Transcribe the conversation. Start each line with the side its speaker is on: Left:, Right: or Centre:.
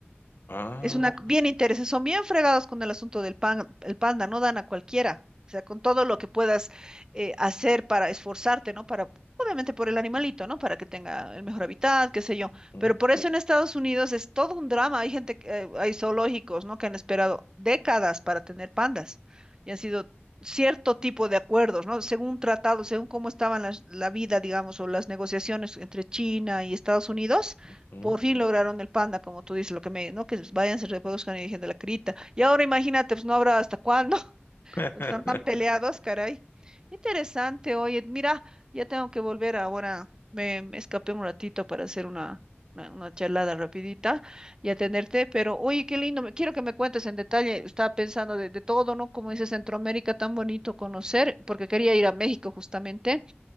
Left: Ah,
Right: Es una bien interesante, son bien fregados con el asunto del pan, el panda, no dan a cualquiera. O sea, con todo lo que puedas eh, hacer para esforzarte, ¿no? Para, obviamente por el animalito, ¿no? Para que tenga el mejor hábitat, qué sé yo.
Left: ujú,
Right: Pero por eso en Estados Unidos es todo un drama. Hay gente, que- eh, hay zoológicos, ¿no? Que han esperado décadas para tener pandas y han sido cierto tipo de acuerdos, ¿no? Según tratados, según cómo estaban las, la vida, digamos, o las negociaciones entre China y Estados Unidos
Left: ujú.
Right: por fin lograron el panda, como tú dices, lo que me, ¿no? Que vayan, se reproduzcan y dejen de la crita. Y ahora imagínate, pues no habrá hasta cuándo, <laughs>
Left: <laughs>
Right: porque están tan peleados, caray. Interesante, oye, mira, ya tengo que volver ahora, me, me escapé un ratito para hacer una, una, una charlada rapidita y atenderte, pero oye, qué lindo, me- quiero que me cuentes en detalle, estaba pensando de, de todo, ¿no? Como dice Centroamérica, tan bonito conocer, porque quería ir a México justamente,